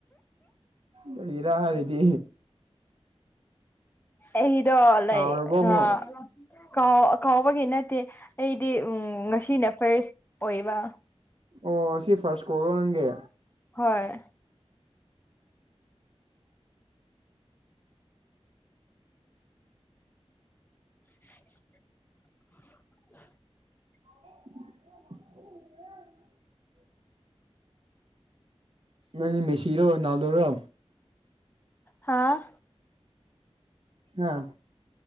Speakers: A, on the right; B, on the left.
A: ꯀꯔꯤꯔ ꯍꯥꯏꯔꯗꯤ
B: ꯑꯩꯗꯣ ꯂꯩꯥ
A: ꯀꯥꯎꯔꯕꯣ ꯑꯃꯨꯛ
B: ꯑ ꯀꯥꯎ ꯀꯥꯎꯕꯒꯤ ꯅꯠꯇꯦ ꯑꯩꯗꯤ ꯎꯝ ꯉꯁꯤꯅ ꯐꯔꯁ ꯑꯣꯏꯕ
A: ꯑꯣ ꯑꯁꯤ ꯐꯥꯔꯁ ꯀꯣꯜꯔꯣ ꯅꯪꯒꯤ
B: ꯍꯣꯏ <unintelligible>
A: <unintelligible> ꯅꯣꯏꯗꯤ ꯃꯦꯁꯤꯔꯣ ꯔꯣꯅꯥꯜꯗꯣꯔꯣ
B: ꯍꯥꯥ
A: ꯑꯥ